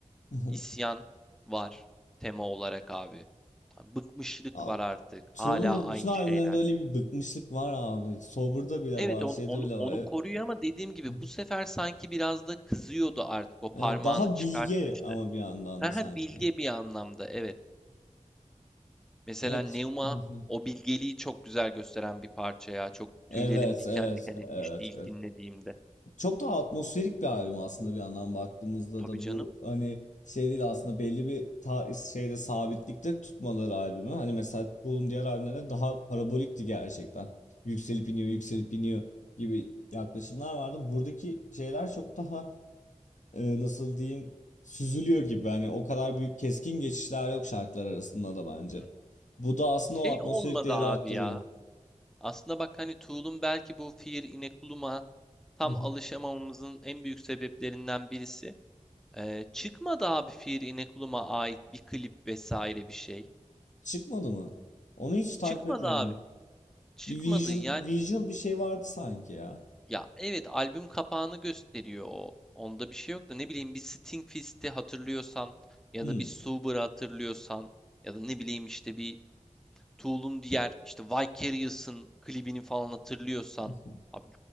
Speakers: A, on the left; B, in the centre.
A: <laughs>
B: İsyan var tema olarak abi. Hani Bıkmışlık
A: Al-
B: var artık.
A: Soul'un
B: hala aynı
A: bütün albümlerinde
B: şeyler.
A: öyle bir bıkmışlık var abi. Sober'da bile
B: Evet
A: var,
B: onu,
A: şeyde
B: onu,
A: bile var.
B: onu
A: E,
B: koruyor ama dediğim gibi
A: Aha.
B: bu sefer sanki biraz da kızıyordu artık. O parmağını
A: Evet, daha
B: çıkartmıştı.
A: bilge ama bir yandan
B: Ha
A: da sanki.
B: ha bilge bir anlamda evet. Mesela
A: Evet.
B: Neuma
A: Hı hı.
B: o bilgeliği çok güzel gösteren bir parça ya. Çok
A: Evet,
B: tüylerim diken
A: evet,
B: diken etmişti
A: evet,
B: ilk
A: evet.
B: dinlediğimde.
A: Çok daha atmosferik bir albüm aslında bir yandan baktığımızda
B: Tabii
A: da
B: canım.
A: bu hani şey değil aslında belli bir ta şeyde sabitlikte tutmaları albümü. Hani mesela Tool'un diğer albümlerine daha parabolikti gerçekten. Yükselip iniyor, yükselip iniyor gibi yaklaşımlar vardı. Buradaki şeyler çok daha e, nasıl diyeyim süzülüyor gibi. Hani o kadar büyük keskin geçişler yok şarkılar arasında da bence.
B: Hı.
A: Bu da aslında
B: Şey
A: o atmosferik
B: olmadı
A: değeri
B: abi
A: arttırıyor.
B: ya. Aslında bak hani Tool'un belki bu Fear Inoculum'a tam
A: <laughs>
B: alışamamamızın en büyük sebeplerinden birisi. Ee, çıkmadı abi Fear Inoculum'a ait bir klip vesaire bir şey.
A: Çıkmadı mı? Onu hiç takip
B: Çıkmadı
A: etmedim.
B: abi. Çıkmadı
A: Bir visual,
B: yani
A: visual bir şey vardı sanki ya.
B: ya evet albüm kapağını gösteriyor o. Onda bir şey yok da ne bileyim bir Sting Fist'i hatırlıyorsan ya
A: Hmm.
B: da bir Sober'ı hatırlıyorsan ya da ne bileyim işte bir Tool'un diğer işte Vicarious'ın klibini falan hatırlıyorsan
A: <laughs>
B: abi